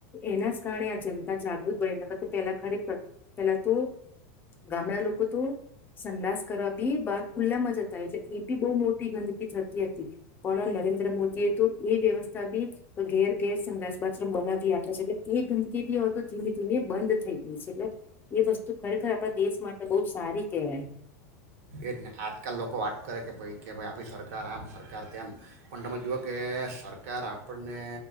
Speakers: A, on the left; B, on the right.
A: એના જ કારણે આ જનતા જાગૃત બનીને કર પેલા ખરેખર પેલા તો ગામડા લોકો તો સંડાસ કરવા બી બહાર ખુલ્લામાં જતા એટલે એ બી બહુ મોટી ગંદકી થતી હતી, પણ નરેન્દ્ર મોદીએ તો એ વ્યવસ્થા બી ઘેર ઘેર સંડાસ બાથરૂમ બનાવી આપે છે, એટલે એ ગંદકી બી તો ધીમે ધીમે બંધ થઈ ગઈ છે એટલે એ વસ્તુ ખરેખર આપણા દેશ માટે બહુ સારી કહેવાય.
B: એ જ આજકાલ લોકો વાત કરે કે ભાઈ કે ભાઈ આપણી સરકાર આમ સરકાર તેમ પણ તમે જુઓ કે સરકાર આપણને